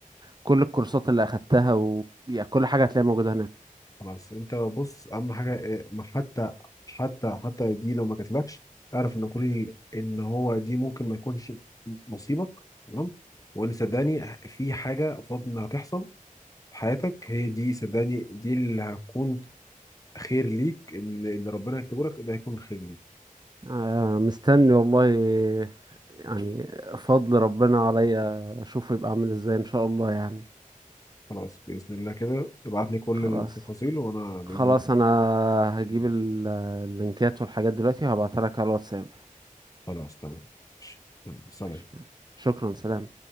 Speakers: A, on the right; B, on the left.
A: كل الكورسات اللي اخدتها و... يعني كل حاجة هتلاقيها موجودة هناك
B: خلاص انت بص اهم حاجه آه، ما حتى حتى حتى دي لو ما جاتلكش اعرف ان كل ان هو دي ممكن ما يكونش نصيبك تمام وان صدقني في حاجه فاضل انها تحصل في حياتك هي دي صدقني دي اللي هتكون خير ليك ان اللي ربنا يكتبه لك ده هيكون خير ليك
A: آه، مستني والله يعني فضل ربنا عليا اشوفه يبقى عامل ازاي ان شاء الله يعني
B: خلاص باذن الله كده ابعت لي كل
A: خلاص
B: التفاصيل وانا باذن
A: خلاص انا هجيب
B: الله
A: ال- اللينكات والحاجات دلوقتي وهبعتها لك على الواتساب
B: خلاص تمام ماشي. يلا، سلام
A: ماشي شكرا سلام